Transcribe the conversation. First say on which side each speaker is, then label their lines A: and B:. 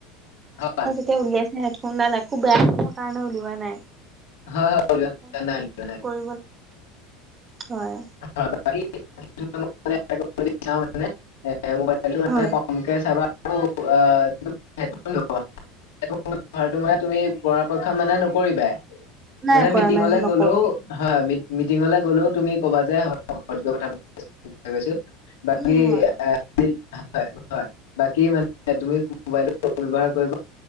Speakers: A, on the left (about 70°); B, on the right (about 30°).
A: হয়।
B: এতিয়া উলিয়াইছেহে, হেফোনডাল একো বেয়া, সেইকাৰণে উলোৱা নাই।
A: হয়, হয়।
B: হেডফোনডালো কৰিব হয়।
A: মানে মোবাইলটো মানে
B: হয়
A: <unintelligible> <unintelligible> তোমাৰটো মানে, তুমি পৰাপক্ষত মানে নকৰিবাই।
B: নাই
A: মানে
B: কৰা
A: মিটিঙলে
B: নাই নকৰো
A: গলেও,
B: সেইটো
A: হয়, হয়, মিটিঙলে গলেও তুমি ক'বা যে ঘৰত গৈ কথা পাতিম। বাকী,
B: উম হয়
A: হয়, হয়, বাকী মানে <unintelligible> তুমি মোবাইল ব্যৱহাৰ কৰিব